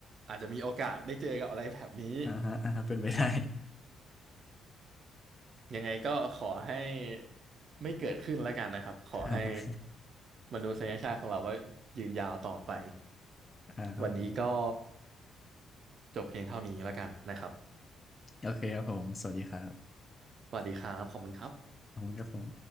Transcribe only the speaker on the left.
อ่าฮะอ่าฮะเป็นไปได้
<laughs> อ่าฮะ
<laughs> อ่าครับผม
โอเคครับผมสวัสดีครับ
ผมครับผม